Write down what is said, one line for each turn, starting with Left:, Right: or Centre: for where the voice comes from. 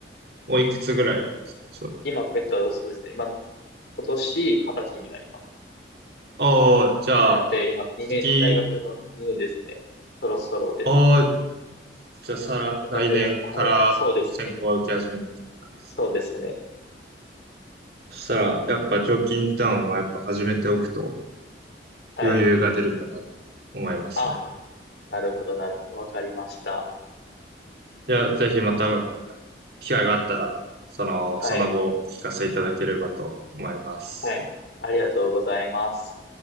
Right: おいくつぐらいなんですかそれ。
Left: 今、えっと、そうですね。今、今年二十歳になります。
Right: ああ、じゃあ、
Left: なんで、今、2年、
Right: 次、
Left: 大学の2年ですね。そろそろですね。
Right: ああ、じゃあ、さら、
Left: ちょっと早め、
Right: 来年から選考は受け始めるみたいな感じですね。
Left: はい。そうですね。そうですね。
Right: そしたら、やっぱ、常勤ターンはやっぱ始めておくと
Left: はい。
Right: 余裕が出るかなと思いますね。
Left: あ、はいなるほど、なるほど。わかりました。
Right: いや、ぜひまた機会があったら、その、
Left: はい。
Right: その後お聞かせいただければと思います。
Left: はい。ありがとうございます。